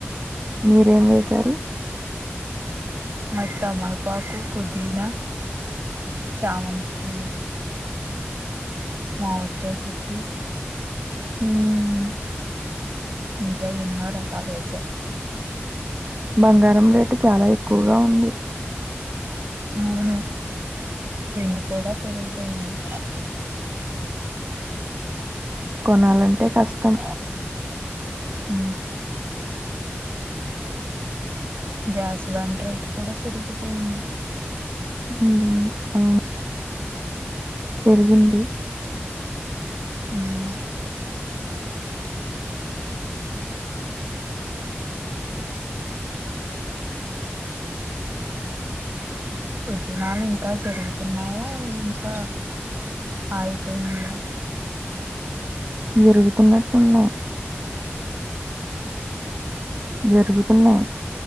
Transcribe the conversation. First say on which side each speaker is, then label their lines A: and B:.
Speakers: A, on the right; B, on the right.
A: మీరేం వేశారు
B: మాయ్ త్తమలపాకు, పుదీనా, చామంతి మావిడికాయ్ చేట్టు
A: ఉమ్,
B: ఇంకా ఎన్నో రకాలేస
A: బంగారం రేటు చాలా ఎక్కువగా ఉంది
B: అవును వెండి కూడా పెరిగిపెంది
A: కొనాలంటే కష్టం
B: ఊ గ్యాస్ వంట్రేట్ కూడా పెరికిపోయింది
A: ఊ అవును పెరిగింది
B: హ్మ ఉద్యమాలు ఇంకా జరుగుతున్నాయా ఇంకా ఆగిపోయినాయా
A: జరుగుతున్నటున్నాయ్ జరుగుతున్నాయ్